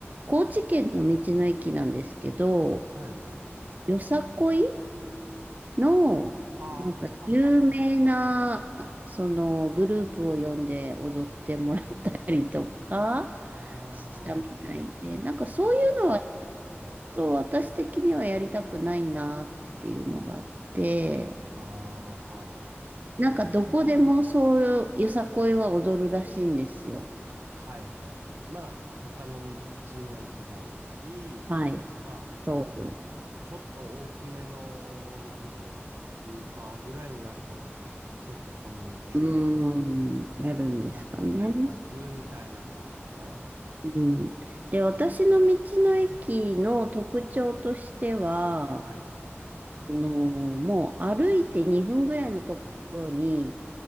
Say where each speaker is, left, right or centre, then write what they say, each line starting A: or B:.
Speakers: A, on the right; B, on the right.
A: 高知県の道の駅なんですけど、
B: はいはい。
A: よさこいの、
B: はあ、
A: なんか有名な、
B: は
A: そのグループを呼んで踊ってもらったりとか
B: あは
A: したみたいで、なんかそういうのは、ちょっと私的にはやりたくないなっていうのがあって、
B: あ、ああ、はいはいはい。
A: なんかどこでもそういうよさこいは踊るらしいんですよ。
B: はいはいはい。まあ、他の道の駅だったり、
A: はい、
B: まあ、
A: そ
B: なんだろうな、ちょっと大きめの、なんだろう、スーパーぐらいになると、ちょっとそういう周年の時に、
A: う、うーん、やるんですかね。
B: おさこいやりますみたいな感じかな。
A: うん。で、私の道の駅の特徴としては、
B: うんはいはいはい。
A: あの、もう歩いて2分ぐらいのところに、